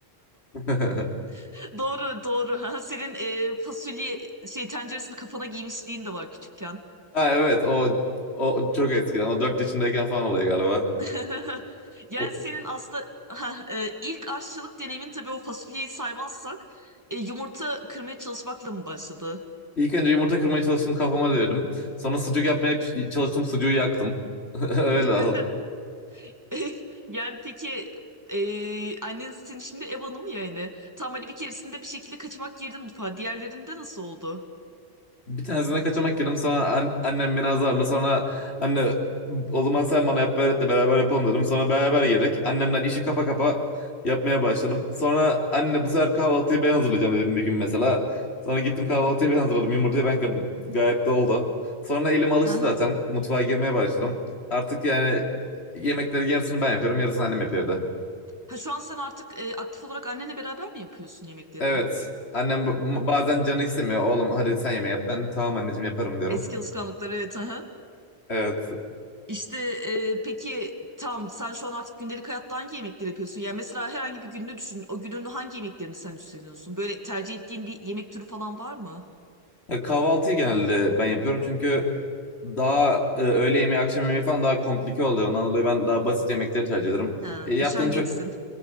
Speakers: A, on the left (about 70°); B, on the right (about 15°).
A: <laughs>
B: <laughs> Doğru, doğru. Ha, senin e, fasulye şey tenceresini kafana giymişliğin de var küçükken.
A: Ha evet o o çok eskiden. O 4 yaşındayken falan oluyor galiba.
B: <laughs> Yani
A: O,
B: senin aslında ha, e, ilk aşçılık deneyimin tabii o fasulyeyi saymazsak e, yumurta kırmaya çalışmakla mı başladı?
A: ilk önce yumurta kırmaya çalıştım kafama devirdim. Sonra sucuk yapmaya piş- çalıştım sucuğu yaktım. <laughs> Öyle
B: <laughs> E, Yani peki e, annen senin şimdi ev hanımı ya yani. Tam hani bir keresinde bir şekilde kaçamak girdin mutfağa. Diğerlerinde nasıl oldu?
A: Bir tanesine kaçamak yedim sonra an- annem beni azarlı sonra anne o zaman sen bana yapmayı öğret de beraber yapalım dedim. Sonra beraber yedik. Annemden işi kapa kapa yapmaya başladım. Sonra anne bu sefer kahvaltıyı ben hazırlayacağım dedim bir gün mesela. Sonra gittim kahvaltıyı ben hazırladım. Yumurtayı ben kırdım. Gayet de oldu. Sonra elim alıştı
B: Hı hı.
A: zaten. Mutfağa girmeye başladım. Artık yani yemeklerin yarısını ben yapıyorum. Yarısını annem yapıyor evde.
B: Ha şu an sen artık e, aktif olarak annenle beraber mi yapıyorsun yemekleri?
A: Evet. Annem ba- bazen canı istemiyor. Oğlum hadi sen yemeği yap. Ben de tamam anneciğim yaparım diyorum.
B: Eski alışkanlıklar evet. Aha.
A: Evet.
B: İşte e, peki tam sen şu an artık gündelik hayatta hangi yemekleri yapıyorsun? Yani mesela herhangi bir gününü düşün. O günün hangi yemeklerini sen üstleniyorsun? Böyle tercih ettiğin bir yemek türü falan var mı?
A: Ya kahvaltıyı genelde ben yapıyorum çünkü daha e, öğle yemeği, akşam yemeği falan daha komplike oluyor. Ondan dolayı ben daha basit yemekleri tercih ederim.
B: Ha,
A: E, yaptığın
B: üşengeçsin.
A: çok...